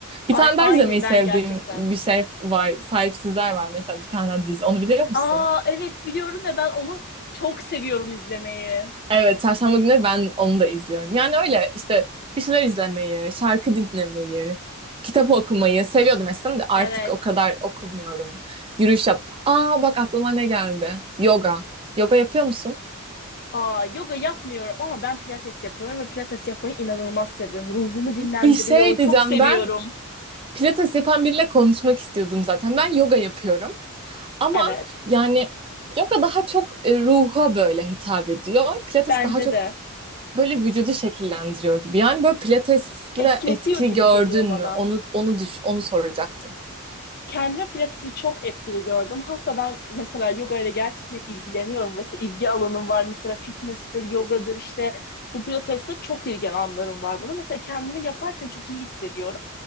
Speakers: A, on the right (about 25°); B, on the left (about 45°).
A: Bir
B: Ay,
A: tane daha
B: aynı
A: izlemeyi sevdiğim
B: ben gerçekten.
A: bir şey var. Sahipsizler var mesela bir tane daha dizi. Onu biliyor musun?
B: Aa evet biliyorum ve ben onu çok seviyorum izlemeyi.
A: Evet, çarşamba günleri ben onu da izliyorum. Yani öyle işte bir şeyler izlemeyi, şarkı dinlemeyi, kitap okumayı seviyordum eskiden de artık
B: Evet.
A: o kadar okumuyorum. Yürüyüş yap. Aa bak aklıma ne geldi. Yoga. Yoga yapıyor musun?
B: Aa, yoga yapmıyorum ama ben pilates yapıyorum ve pilates yapmayı inanılmaz seviyorum. Ruhumu dinlendiriyor.
A: Bir şey diyeceğim
B: Çok seviyorum.
A: ben pilates yapan biriyle konuşmak istiyordum zaten. Ben yoga yapıyorum ama
B: Evet.
A: yani yoga daha çok e, ruha böyle hitap ediyor. Pilates
B: Bence
A: daha çok
B: de.
A: böyle vücudu şekillendiriyor gibi. Yani böyle pilatesle
B: Esnetiyor
A: etki
B: gibi
A: gördün
B: geliyor bana.
A: mü? Onu onu düş onu soracaktım.
B: Kendime pilatesi çok etkili gördüm. Hatta ben mesela yoga ile gerçekten ilgileniyorum. Mesela ilgi alanım var. Mesela fitness'tir, yogadır işte. Bu pilatesle çok ilgili alanlarım var bana. Mesela kendimi yaparken çok iyi hissediyorum.